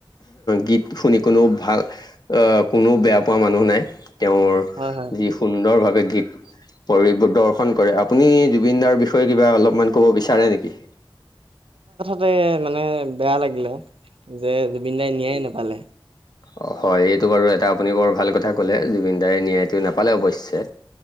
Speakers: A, on the left; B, on the right.
A: গীত শুনি কোনেও ভাল আঁহ কোনেওঁ বেয়া পোৱা মানুহ নাই। তেওঁৰ
B: হয় হয়
A: যি সুন্দৰভাৱে গীত পৰি দৰ্শন কৰে আপুনি জুবিন দাৰ বিষয়ে কিবা অলপমান কব বিচাৰে নেকি
B: ততে মানে বেয়া লাগিলে যে জুবিন দাই ন্যায় নাপালে।
A: অ হয় এইটো বাৰু এটা আপুনি বৰ ভাল কথা কলে জুবিন দাৰ ন্যায়টো নাপালে অৱশ্যে।